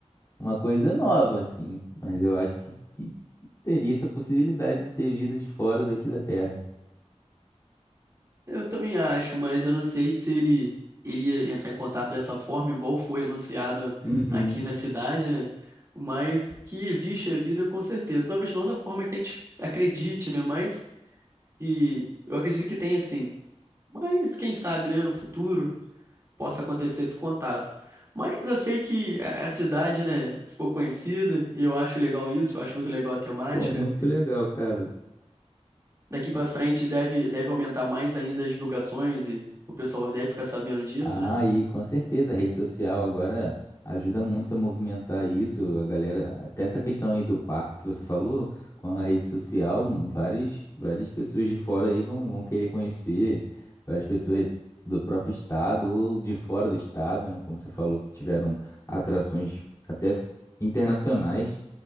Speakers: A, on the left; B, on the right.
A: uma coisa nova, assim. Mas eu acho que, que teria essa possibilidade de ter vidas fora daqui da Terra.
B: Eu também acho, mas eu não sei se ele iria entrar em contato dessa forma, igual foi anunciado
A: Uhum.
B: aqui na cidade, né? Mas que existe a vida, com certeza. Talvez não da forma que a gente acredite, né? Mas que eu acredito que tenha sim. Mas quem sabe, né, no futuro possa acontecer esse contato. Mas eu sei que a a cidade, né, ficou conhecida, e eu acho legal isso, eu acho muito legal a temática.
A: Pô, muito legal, cara.
B: Daqui pra frente deve, deve aumentar mais ainda as divulgações e o pessoal deve ficar sabendo disso,
A: Ah,
B: né?
A: e com certeza a rede social agora ajuda muito a movimentar isso, a galera, até essa questão aí do parque que você falou, com a rede social, várias, várias pessoas de fora aí vão, vão querer conhecer, várias pessoas do próprio estado ou de fora do estado, né, como você falou, que tiveram atrações até internacionais